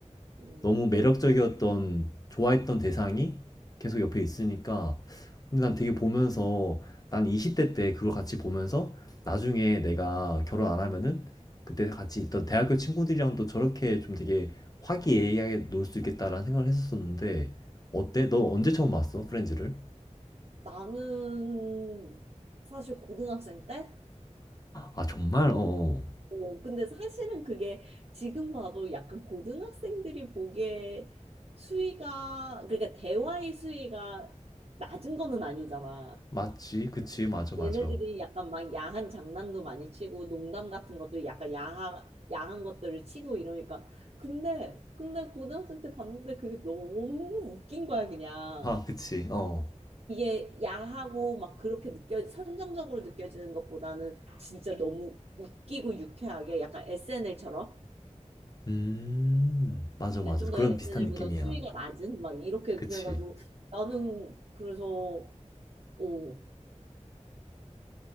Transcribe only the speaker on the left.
너무 매력적이었던 좋아했던 대상이 계속 옆에 있으니까 근데 난 되게 보면서 난 20대 때 그걸 같이 보면서 나중에
내가 결혼 안 하면은 그때 같이 있던 대학교 친구들이랑도 저렇게 좀 되게 화기애애하게 놀 수 있겠다라는 생각을 했었었는데 어때? 너 언제 처음 봤어? 프렌즈를?
아 정말? 어, 어
맞지 그치 맞아 맞아
<laughs> 그치 어
음 맞아
맞아
그런
비슷한 느낌이야
그치